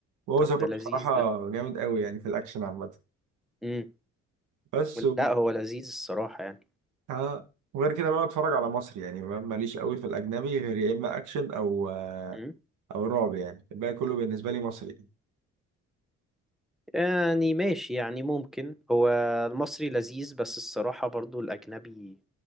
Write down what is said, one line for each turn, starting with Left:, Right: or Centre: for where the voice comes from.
Right: وهو
Centre: طب
Right: ذا روك
Centre: ده لذيذ
Right: بصراحه
Centre: ده
Right: جامد قوي يعني في الاكشن عامه
Centre: امم
Right: بس
Centre: لا هو لذيذ الصراحة
Right: اه وغير كده بقى بتفرج على مصري يعني ما- ماليش قوي في الاجنبي غير يا اما اكشن او آه،
Centre: يعني
Right: او رعب يعني الباقي كله بالنسبه لي مصري
Centre: يعني ماشي يعني ممكن هو المصري لذيذ بس الصراحة برضو الأجنبي